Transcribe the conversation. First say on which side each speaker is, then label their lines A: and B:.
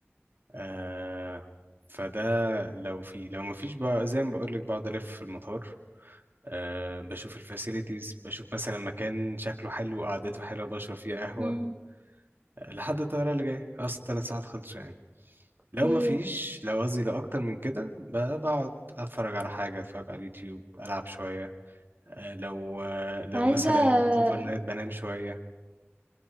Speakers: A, on the right; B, on the right.
A: آه فده لو في لو ما فيش بقى زي ما بقول لك بقعد الف في المطار آه بشوف الفاسيلتيز بشوف مثلا مكان شكله حلو وقعدته حلوه بشرب فيه قهوه
B: إمم،
A: آه، لحد الطياره اللي جايه اصل ثلاث ساعات خلصوا يعني
B: أوكي.
A: لو ما فيش لو قصدي لو اكتر من كده ب- بقعد اتفرج على حاجه اتفرج على اليوتيوب العب شويه آه، لو آه، لو
B: عايزة
A: مثلا
B: آه،
A: اوفر نايت بنام شويه